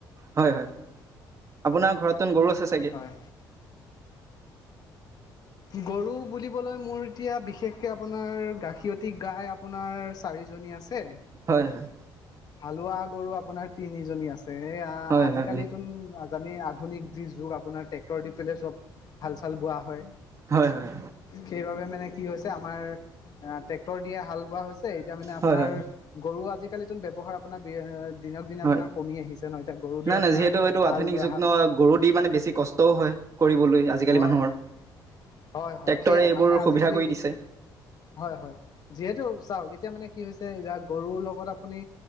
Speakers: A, on the right; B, on the left.
A: হয় হয় আপোনাৰ ঘৰত তোন গৰু আছে চাগে
B: হয় গৰু বুলিবলৈ মোৰ এতিয়া বিশেষকে আপোনাৰ গাখীৰতি গাই আপোনাৰ চাৰিজনী আছে
A: হয় হয়
B: হালোৱা গৰু আপোনাৰ তিনিজনী আছে। এ আ
A: হয়
B: আজিকালি
A: হয় হয়
B: তোন জানেই আধুনিক যি যুগ আপোনাৰ ট্ৰেক্টৰ দি পেলাই চব হালচাল বোৱা হয়।
A: হয় হয়
B: সেইবাবে মানে কি হৈছে আমাৰ আ ট্ৰেক্টৰ দিয়ে হাল বোৱা হৈছে, এতিয়া মানে আপোনাৰ
A: হয় হয়
B: গৰু আজিকালিটোত ব্যৱহাৰ আপোনাৰ বি এ দিনক দিনে
A: হয়
B: আপোনাৰ কমি আহিছে ন', এতিয়া গৰু দি
A: নাই
B: আপোনাৰ
A: নাই যিহেতু এইটো
B: হাল
A: আধুনিক
B: বোৱা
A: যুগ
B: হাল
A: ন গৰু দি মানে বেছি কষ্টও হয় কৰিবলৈ আজিকালি
B: হয়
A: মানুহৰ
B: হয় হয় হয়
A: টেক্টৰে
B: সেয়াই
A: এইবোৰ
B: মানুহে আজিকালি
A: সুবিধা কৰি দিছে
B: হয় হয়। যিহেতু চাওক এতিয়া মানে কি হৈছে যে গৰুৰ লগত আপুনি